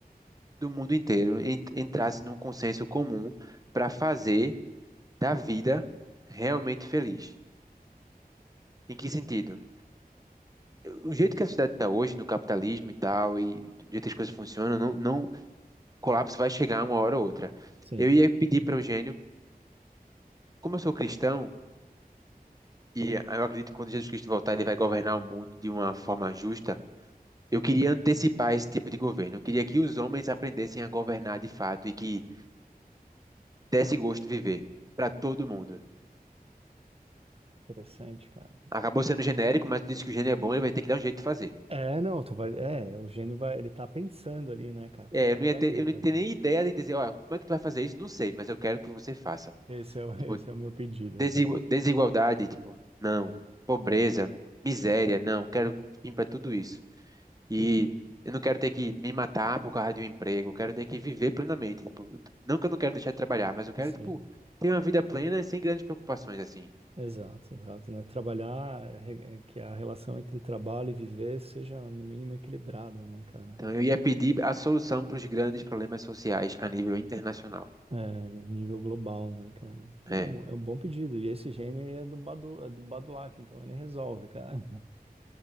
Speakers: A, on the right; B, on the right.
A: do mundo inteiro en- entrassem num consenso comum para fazer da vida realmente feliz. Em que sentido? o jeito que a sociedade está hoje, no capitalismo e tal, e do jeito que as coisas funcionam, não, não, o colapso vai chegar uma hora ou outra.
B: sim,
A: Eu ia pedir para o Eugênio, como eu sou cristão, e eu acredito que quando Jesus Cristo voltar, ele vai governar o mundo de uma forma justa. Eu queria antecipar esse tipo de governo. Eu queria que os homens aprendessem a governar de fato e que desse gosto de viver para todo mundo.
B: interessante, cara.
A: Acabou sendo genérico, mas tu disse que o gênio é bom, ele vai ter que dar um jeito de fazer.
B: É, É, não, tu vai, é, o gênio vai, ele tá pensando ali, né, cara, puta,
A: É, eu
B: como
A: não ia ter,
B: é que eu vou
A: eu não
B: fazer?
A: ia ter nem ideia de dizer, olha, como é que tu vai fazer isso? Não sei, mas eu quero que você faça.
B: Esse é, o- <laughs>
A: Tipo,
B: esse é o meu pedido,
A: Desigu-
B: né?
A: Desigualdade, tipo, não. Pobreza,
B: É,
A: miséria, não. Quero fim para tudo isso. E eu não quero ter que me matar por causa de um emprego. Eu quero ter que viver plenamente. Tipo, não que eu não quero deixar de trabalhar, mas eu quero,
B: sim,
A: tipo, ter uma vida plena sem grandes preocupações, assim.
B: exato, exato, né? Trabalhar, re- é que a relação entre trabalho e viver seja no mínimo equilibrada, né, cara?
A: Então eu ia pedir a solução para os grandes problemas sociais a nível internacional.
B: É, no nível global, né, cara? É,
A: É.
B: um- é um bom pedido. E esse gênio aí é do Badu, é do Badulac, então ele resolve, cara.